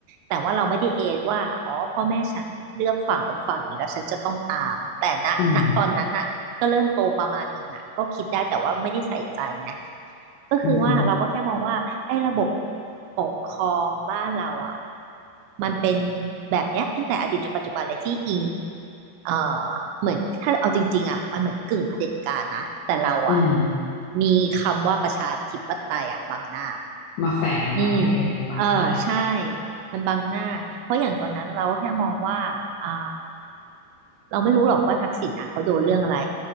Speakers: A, on the right; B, on the left.
A: แต่ว่าเราไม่ได้เอนว่าอ๋อพ่อแม่ฉันเลือกฝั่งเป็นฝั่งนี้แล้วฉันจะต้องตามแต่ณณตอนนั้นน่ะก็เริ่มโตประมาณหนึ่งอ่ะก็คิดได้แต่ว่าไม่ได้ใส่ใจไง
B: อืม
A: ก็คือว่าเราก็แค่มองว่าไอ้ระบบ
B: อือหือ
A: ปกครองบ้านเราอ่ะมันเป็นแบบเนี้ยตั้งแต่อดีตจนปัจจุบันเลยที่อิง เอ่อเหมือนถ้าเอาจริงๆอ่ะมันเหมือนกึ่งเผด็จการนะแต่เราอ่ะ
B: อืม
A: มีคำว่าประชาธิปไตยอ่ะบังหน้า
B: มาแฝงไว้เออบังหน้า
A: อืมเออใช่มันบังหน้าเพราะอย่างตอนนั้นเราก็แค่มองว่าอ่าเราไม่รู้หรอกว่าทักษิณอ่ะเขาโดนเรื่องอะไร